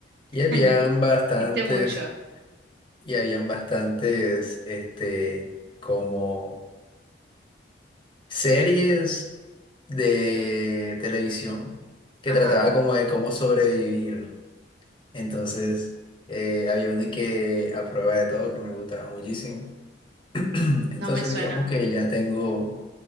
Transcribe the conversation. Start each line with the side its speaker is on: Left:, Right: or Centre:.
Left: y habían
Right: <laughs>
Left: bastantes,
Right: ¿Viste mucho?
Left: y habían bastantes, este, como series de televisión que
Right: Ajá,
Left: trataba como de cómo sobrevivir. Entonces, eh, había una que a prueba de todo que me gustaba muchísimo. <clears throat> Entonces,
Right: no me suena.
Left: digamos que ya tengo,